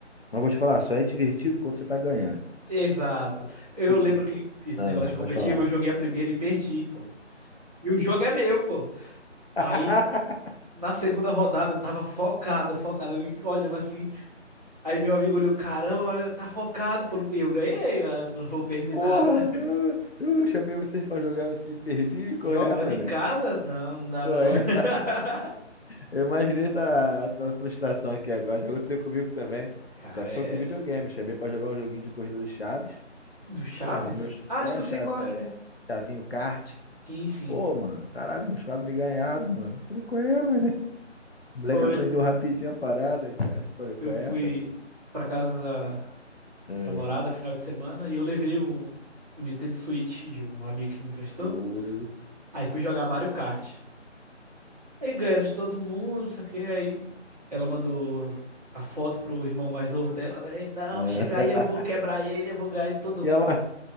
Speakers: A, on the left; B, on the right.
A: Mas vou te falar, só é divertido quando você tá ganhando.
B: Exato. Eu
A: Tipo,
B: lembro que que esse
A: ah,
B: negócio de competitivo,
A: vou te falar.
B: eu joguei a primeira e perdi, pô. E o jogo é meu, pô.
A: <laughs>
B: Aí, na segunda rodada, eu tava focado, focado, eu olhando assim. Aí meu amigo olhou, caramba, olha, tá focado, pô. E eu ganhei, eu "Ah, não vou perder
A: Porra,
B: nada. <laughs>
A: eu, eu chamei vocês pra jogar e perdi. Qual
B: Jogando
A: é, mané?
B: em casa, não, não dá
A: Qual
B: não.
A: é?
B: <laughs>
A: Eu imaginei tua, a tua frustração aqui agora. Já aconteceu comigo também.
B: Cara,
A: Só que
B: é...
A: foi com videogame. Chamei pra jogar um joguinho de corrida do Chaves.
B: Do Chaves?
A: Porra, meus.
B: Ah,
A: É,
B: acho que
A: o
B: eu
A: Chave-
B: sei qual é.
A: Chavinho Kart.
B: Sim, sim.
A: Pô, mano, caralho, meus quadros me ganharam, mano. Falei, qual é, mano. O moleque
B: Hoje
A: aprendeu rapidinho a parada, cara. Falei, qual
B: eu fui
A: é, Fassi?
B: pra casa da
A: É,
B: namorada final de semana e eu levei o, o Nintendo Switch de um amigo que me emprestou.
A: Pô.
B: Aí fui jogar Mario Kart. Aí ganhando de todo mundo, não sei o que. Aí ela mandou a foto pro irmão mais novo dela, né? Ele, não,
A: <laughs>
B: chega aí, eu vou quebrar ele, eu vou ganhar de todo
A: E
B: mundo.
A: ela.